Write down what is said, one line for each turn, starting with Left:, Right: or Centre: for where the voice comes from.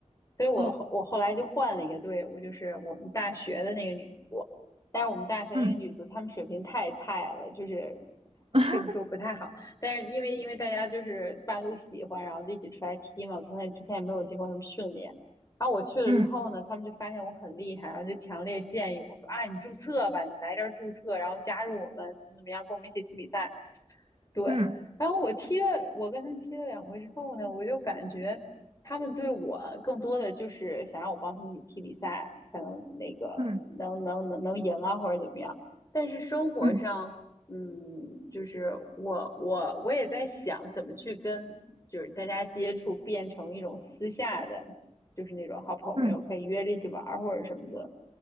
Left: 所以我后我后来就换了一个队伍，
Right: 哦，
Left: 就是我们大学的那个女足。但是我们大学那个女足，
Right: 嗯。
Left: 她们水平太菜了，就是
Right: <laughs>
Left: 这么说不太好。但是因为因为大家就是半路喜欢，然后就一起出来踢嘛，可能之前也没有经过什么训练。然后我去了之后呢，
Right: 嗯
Left: 他们就发现我很厉害，然后就强烈建议我说啊，你注册吧，你来这儿注册，然后加入我们，怎么怎么样，跟我们一起踢比赛。对，
Right: 嗯嗯
Left: 然后我踢了，我跟他们踢了两回之后呢，我就感觉他们对我更多的就是想让我帮他们一起踢比赛，可能那个能能能能赢啊，
Right: 嗯
Left: 或者怎么样。但是生活上，
Right: 嗯
Left: 嗯，就是我我我也在想怎么去跟就是大家接触，变成一种私下的，就是那种好朋友，
Right: 嗯，嗯
Left: 可以约着一起玩儿或者什么的。